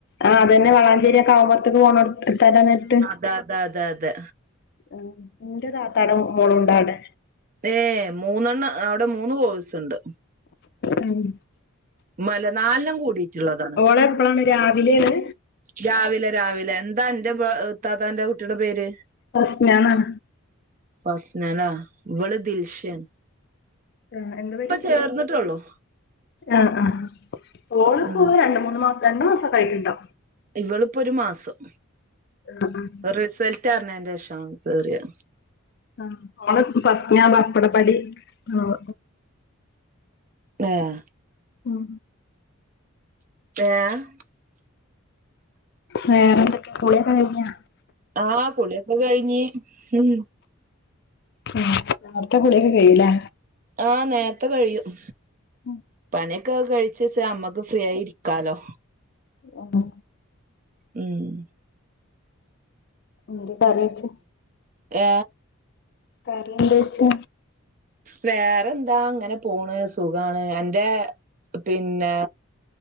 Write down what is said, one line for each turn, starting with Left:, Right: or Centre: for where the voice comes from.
Left: ആഹ് അതന്നെ വളാഞ്ചേരി ആ കാവും പോർത്ക് പോണോട്ത്ത്. എത്താൻ നേരത്ത്
Right: ദ ദ ദ തെ
Left: ആഹ് ഇന്റെ താത്താടെ മോളുണ്ടാടെ
Right: ഏ മൂന്നെണ്ണം അവിടെ മൂന്ന് കോഴ്സ് ണ്ട്
Left: ഉം
Right: മല നാലെണ്ണം കൂടിയിട്ടുള്ളതാണ്
Left: ഓള് എപ്പളാണ് രാവിലെണ്
Right: രാവിലെ രാവിലെ എന്താ അന്റെ പാ ഇത്താത്താന്റെ കുട്ടിടെ പേര്
Left: ഫസ്നാന്നാണ്
Right: ഫസ്ന ലേ ഇവള് ദിൽഷേണ്
Left: ഉം എന്താ പേര്
Right: ചേർന്നിട്ടുള്ളൂ
Left: ആഹ ആ ഓ
Right: ഉം
Left: രണ്ട് മൂന്ന് മാസ രണ്ട് മാസൊക്കെ ആയിട്ട്ണ്ടോ
Right: ഇവളിപ്പൊ ഒരു മാസം
Left: ആഹ് ഉം
Right: റിസൽറ്റർഞ്ഞേന്റെ ഷ കേറിയേ
Left: ആഹ് ഓള് ഫസ്നാ വപ്പടപ്പടി ആഹ്
Right: ഏഹ്
Left: ഉം
Right: ഏ ഹ്
Left: വേറെന്തൊക്കെ കുളിയൊക്കെ കഴിഞ്ഞാ
Right: ആ കുളിയൊക്കെ കഴിഞ്ഞ് ഉം ഉം
Left: ഉം നേരത്തെ കുളിയൊക്കെ കയിയും ലേ
Right: ആഹ് നേര്ത്തെ കഴിയും
Left: ഉം
Right: പണ്യോക്കെ കഴിച്ച്ച് അമ്മക്ക് ഫ്രീ ആയി ഇരിക്കാലോ
Left: തെന്നെ
Right: ഉം
Left: ഉം കറിവെച്ചു
Right: ഏ
Left: കറി എന്ത് വെച്ച്
Right: വേറെ എന്താ ഇങ്ങനെ പോണ് സുഖാണ് എന്റെ പിന്നെ